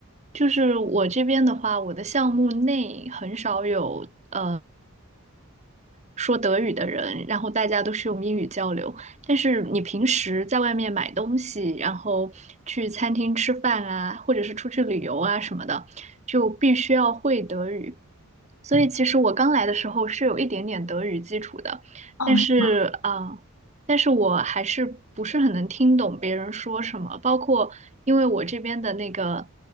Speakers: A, on the right; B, on the left.
A: 就是我这边的话，我的项目内很少有。呃。说德语的人，然后大家都是用英语交流。但是你平时在外面买东西，然后去餐厅吃饭啊，或者是出去旅游啊什么的，就必须要会德语。所以其实我刚来的时候是有一点点德语基础的，
B: 哦，
A: 但是啊、
B: 是吗？
A: 呃但是我还是不是很能听懂别人说什么，包括因为我这边的那个